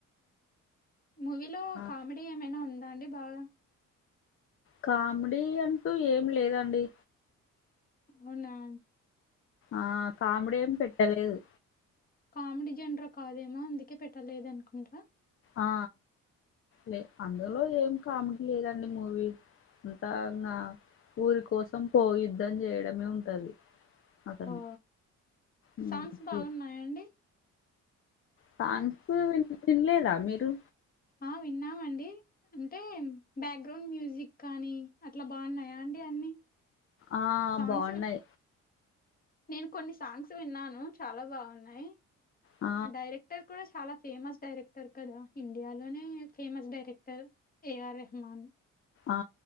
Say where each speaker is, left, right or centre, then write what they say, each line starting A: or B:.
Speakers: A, on the left; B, on the left.
A: మూవీలో
B: ఆ
A: కామెడీ ఏమైనా ఉందా అండి బాగ
B: కామెడీ అంటూ ఏం లేదండి
A: అవున
B: అ కామెడీ ఏం పెట్టలేదు
A: కామెడీ జెండర్ కాదేమో అందుకే పెట్టలేదనుకుంట
B: అ లే అందులో ఏం కామెడీ లేదండి మూవీ లో అంతా నా ఊరి కోసం పోయి యుద్ధం చేయడమే ఉంటది అతను
A: ఓ
B: ఉమ్,
A: సాంగ్స్ బావున్నాయండి
B: ఈ సాంగ్స్ వి విన్లేదా మీరు
A: అ విన్నామండి అంటే బాగ్రౌండ్ మ్యూజిక్ కానీ అట్లా బాగున్నాయా అండి అన్ని
B: అ
A: సాంగ్స్
B: బావునై
A: నేను కొన్ని సాంగ్స్ విన్నాను చాలా బాగునై
B: ఆ
A: డైరెక్టర్ కూడా చాలా ఫేమస్ డైరెక్టర్ కదా ఇండియాలోనే ఫేమస్ డైరెక్టర్ ఏఆర్ రెహమాన్
B: అ